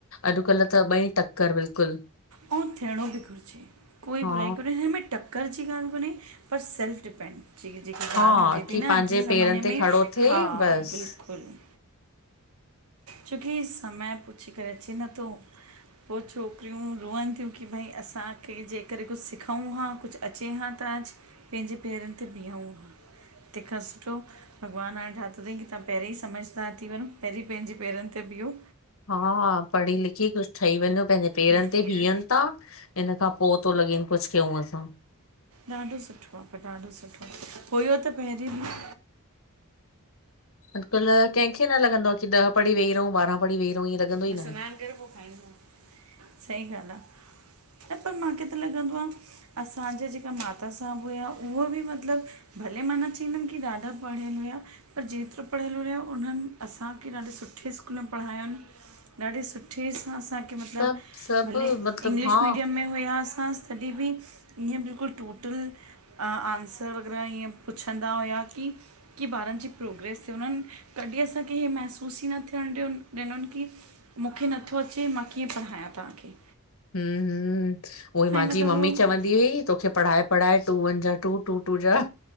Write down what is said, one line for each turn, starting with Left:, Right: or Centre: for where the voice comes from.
Left: अॼुकल्ह त ॿई टक्कर बिल्कुलु।
Right: अंउ थियणो बि घुरिजे, कोई
Left: हा
Right: बुराई कोन ए हिनमें टक्क करर जी ॻाल्हि कोन्हे पर सेल्फ डिपेंड। जेकी जेकी
Left: हा
Right: ॻाल्हि हले
Left: की
Right: थी न,
Left: पंहिंजे
Right: अॼु जे ज़माने
Left: पेरनि ते
Right: में,
Left: खड़ो थिए
Right: हा
Left: बसि।
Right: बिल्कुलु। छोकि समय पूछी करे अचे न थो। पो छोकिरियूं रोअन थियूं कि भई असांखे जे करे कुछु सिखउं हां, कुछु अचे हां त अॼु पंहिंजे पेरनि ते भिअंहूं हां। तेंखां सुठो भॻवानु हाणे ठातो थई कि तंव्हां पहिरीं समझदार थी वंञो, पहिरीं पंहिंजी पेरनि ते भियो।
Left: हा, पढ़ी लिखी कुछु ठही वंञो, पेंजे पेरनि
Right: बिल्कुलु
Left: ते भिहन ता। इन खां पो तो लॻेन कुछु कयूं असां।
Right: ॾाढो सुठो आ पर ॾाढो सुठो, हुयो त पहिरीं बि
Left: अॼकल्ह कंहिं खे न लॻंदो आ कि ॾह पढी वेही रहूं, ॿारह पढ़ीे व रंउ, इअ लॻंदो
Right: मां
Left: ई न
Right: सनानु
Left: आए।
Right: सही ॻाल्हि आ, न पर मांखे त लॻंदो आ। असांजा जेके माता साहबु हुया, उहो बि मतिलबु भले मा न चवंदमि की ॾाढा पढ़ियल हुया पर जेतिरो पढ़ियल हुयो, उन्हनि असांखे ॾाढे सुठ्ठे स्कूल में पढ़ायोन, ॾाढे सुठ्ठे सां असां कि मतिलबु
Left: सभु सभु
Right: भले
Left: मतिलबु
Right: इंग्लिश
Left: हा
Right: मीडियम में हुया असां कॾहिं बि इं बिल्कुलु टोटल आनसर वग़ैरह ईअं पुछंदा हुया कि की ॿारनि जी प्रोग्रेस त उननि कॾहिं असांखे इहे महसूस ई न थियणु ॾ ॾिनुन कि मूंखे नथो अचे, मां कीअं पढ़ायां तहांखे।
Left: हम हम उहो ई मंहांजी
Right: मतिलबु
Left: मम्मी
Right: उहो
Left: चवंदी हुई तोखे पढ़ाए पढ़ाए टू वन जा टू, टू- टू जा